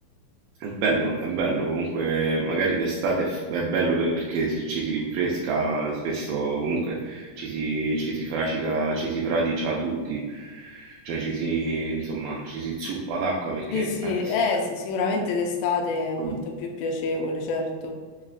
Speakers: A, on the right; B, on the left.
A: È bello, è bello, comunque magari d'estate è f- è bello perché si- ci si rinfresca, spesso comunque ci si, ci si fradicia, ci si fradicia tutti, cioè ci si, insomma, ci si zuppa d'acqua perché...
B: Sì,
A: eh,
B: sì, eh,
A: s-
B: sì, sicuramente d'estate è molto
A: eh,
B: più piacevole, certo.